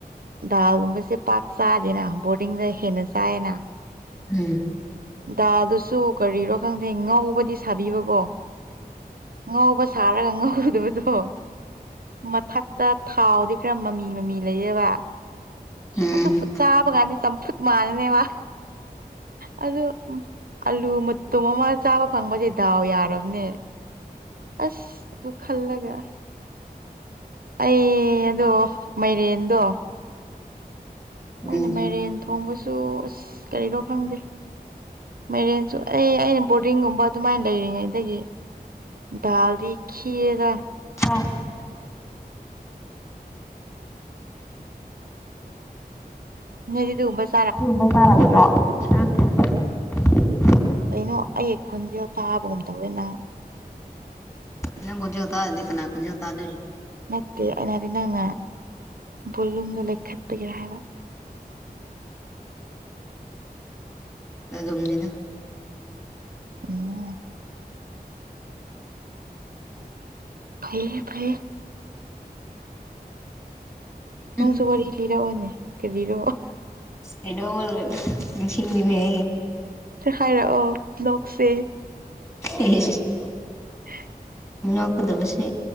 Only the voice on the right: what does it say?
ꯗꯥꯜꯒꯨꯝꯕꯁꯦ ꯄꯥꯛ ꯆꯥꯗꯦꯅ ꯕꯣꯔꯗꯤꯡꯗ ꯍꯦꯟꯅ ꯆꯥꯏꯌꯦꯅ
ꯗꯥꯗꯨꯁꯨ ꯀꯔꯤꯔꯣ ꯈꯪꯗꯦ ꯉꯧꯕꯗꯤ ꯁꯥꯕꯤꯕꯀꯣ ꯉꯧꯕ ꯁꯥꯔꯒ ꯉꯧꯗꯕꯗꯣ ꯃꯊꯛꯛꯇ ꯊꯥꯎꯗꯤ ꯈꯔ ꯃꯃꯤ ꯃꯃꯤ ꯂꯩꯔꯦꯕ
ꯑꯗꯨꯣꯠ ꯆꯥꯕ ꯀꯥꯟꯗ ꯆꯝꯐꯨꯠ ꯃꯥꯅꯅꯦꯕ ꯑꯗꯨ ꯑꯂꯨ ꯃꯇꯨꯝ ꯑꯃ ꯆꯥꯕ ꯐꯪꯕꯁꯦ ꯗꯥꯎ ꯌꯥꯔꯕꯅꯦ ꯑꯁ ꯇꯨꯡ ꯈꯜꯂꯒꯦ ꯑꯩ ꯑꯗꯣ ꯃꯥꯏꯔꯦꯟꯗꯣ ꯃꯣꯏꯅ
ꯃꯥꯏꯔꯦꯟ ꯊꯣꯡꯕꯁꯨ ꯑꯁ ꯀꯔꯤꯔꯣ ꯈꯪꯗꯦ ꯃꯦꯔꯦꯟꯁꯨ ꯑꯦ ꯑꯩꯅ ꯕꯣꯔꯗꯤꯡꯒꯨꯝꯕ ꯑꯗꯨꯃꯥꯏꯅ ꯂꯩꯔꯤꯉꯩꯗꯒꯤ ꯗꯜꯗꯤ ꯈꯤꯔꯗ
ꯅꯗꯤꯗꯤ ꯎꯕꯁ
ꯀꯩꯅꯣ ꯑꯩ ꯈꯨꯟꯁꯦ ꯆꯥꯕꯒꯨꯝ ꯇꯧꯋꯦ ꯅꯪ
ꯅꯠꯇꯦ ꯑꯩꯅꯗꯤ ꯅꯪꯅ ꯕꯣꯂꯨꯝꯗꯣ ꯂꯩꯈꯠꯄꯤꯒꯤꯦꯔꯥ ꯍꯥꯏꯕ
ꯎꯝ ꯐꯩꯌꯦꯦ ꯐꯩꯌꯦꯦ ꯅꯪꯁꯨ
ꯋꯥꯔꯤ ꯂꯤꯔꯛꯑꯣꯅꯦ ꯀ ꯂꯤꯔꯣꯑꯣ
ꯍꯥꯏꯔꯛꯑꯣ ꯅꯣꯛꯁꯦ
<unintelligible>